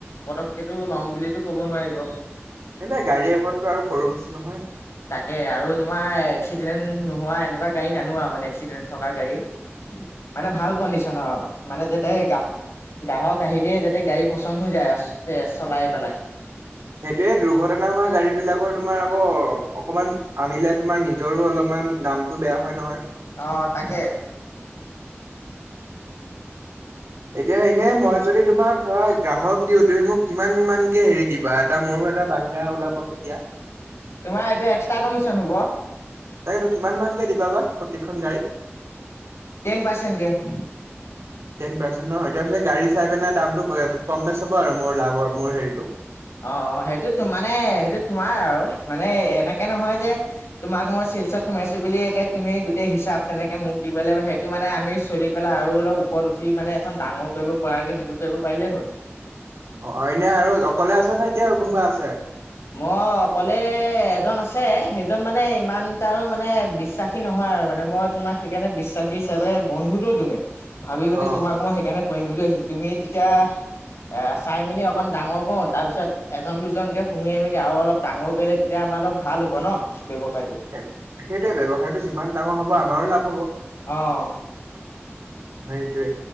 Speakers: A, on the left (about 75°); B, on the right (about 70°).
A: পতককে তো ল'ম বুলিতো ক'ব নোৱাৰিব।
B: এনে গাড়ী এখনতো আৰু সৰু বস্তু নহয়।
A: তাকে আৰু তোমাৰ এক্সিডেণ্ট নোহোৱা, এনেকুৱা গাড়ী নানো আৰু মানে এক্সিডেণ্ট থকা গাড়ী। মানে ভাল কণ্ডিচনৰ আৰু মানে যাতে গা গ্ৰাহক আহিলেই যাতে গাড়ী পচন্দ হৈ যায়, টেষ্ট চলাই পেলাই।
B: সেইটোৱে দুৰ্ঘটনা হোৱা গাড়ী বিলাকৰ তোমাৰ আকৌ অকমান আনিলে, তোমাৰ নিজৰো অলপমান নাম টো বেয়া হয় নহয়।
A: অ' তাকে।
B: এতিয়া এনে মই যদি তোমাক ধৰা গ্ৰাহক দিওঁ, তুমি মোক কিমান মানকে হেৰি দিবা? এটা মোৰো এটা বাহিৰা ওলাব তেতিয়া।
A: তোমাৰ এইটো এক্সট্ৰা কমিশ্যন হ'ব।
B: তাকেতো কিমান মানকে দিবা বা প্ৰত্যেকখন গাড়ীত?
A: টেন পাৰ্চেণ্ট কে।
B: টেন পাৰ্চেন্ট ন, তাৰপিছত গাড়ী চাই পিনে দামটো কম বেছ হ'ব আৰু মোৰ লাভৰ মোৰ হেৰিটো।
A: অ অ সেইটোতো মানে সেইটো তোমাৰ আৰু মানে এনেকে নহয় যে তোমাক মই চেলছত সোমাইছো বুলিয়ে একে তুমি গোটেই হিচাপ তেনেকে মোক দিব লাগিব সেইটো মানে আমি চলি পেলাই আৰু অলপ ওপৰত উঠি মানে এখন ডাঙৰ কৰিব পৰাকে সেইটো কৰিব পাৰিলে হ'ল
B: অ অইনে আৰু অকলে আছা নে এতিয়া আৰু কোনোবা আছে
A: মই অকলে এজন আছে সেইজন মানে ইমান তাৰো মানে বিশ্বাস সী নহয় আৰু মানে মই তোমাক সেইকাৰণে বিশ্বাসী হিচাপে বন্ধুতো তুমি ভাবি মানে
B: অ'।
A: তোমাক মই সেইকাৰণে কৰিম বুলি ভাবছিলো তুমি তেতিয়া এ চাই মেলি অকন ডাঙৰ কৰো তাৰ পিছত এজন দুজনকে সুমুৱাই মেলি আৰু অলপ ডাঙৰ কৰিলে তেতিয়া আমাৰ অলপ ভাল হ'ব ন ব্যৱসায়টো
B: এ সেইটোৱে ব্যৱসায়টো যিমান ডাঙৰ হ'ব আমাৰো লাভ হ'ব
A: অ
B: সেইটোৱে